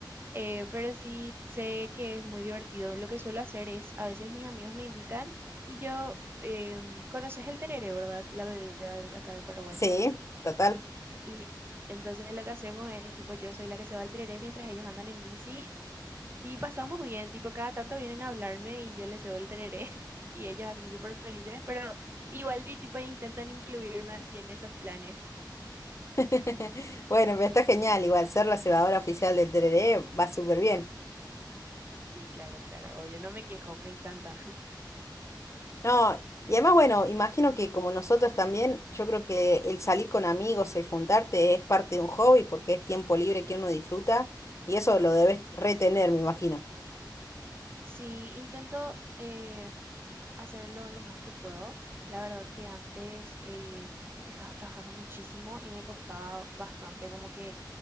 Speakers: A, on the right; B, on the left.
A: Eh, pero sí sé que es muy divertido. Lo que suelo hacer es, a veces mis amigos me invitan y yo, em, conoces el tereré, ¿verdad? La bebida de acá de Paraguay.
B: Sí, total.
A: Y entonces lo que hacemos es, tipo, yo soy la que se va al tereré mientras ellos andan en bici <laughs> y pasamos bien, tipo, cada tanto vienen a hablarme y yo les cedo el tereré <laughs> y ellos así súper felices, pero igual y tipo intentan incluirme así en esos planes.
B: <laughs> Bueno, pero está genial. Igual ser la cebadora oficial del TRD va súper bien.
A: Sí, claro, claro, obvio, no me quejo, me encanta. <laughs>
B: No, y además, bueno, imagino que como nosotros también, yo creo que el salir con amigos, el juntarte es parte de un hobby porque es tiempo libre que uno disfruta y eso lo debes retener, me imagino.
A: Sí, intento eh, hacerlo lo más que puedo. La verdad que antes eh, estaba trabajando muchísimo y me costaba bastante como que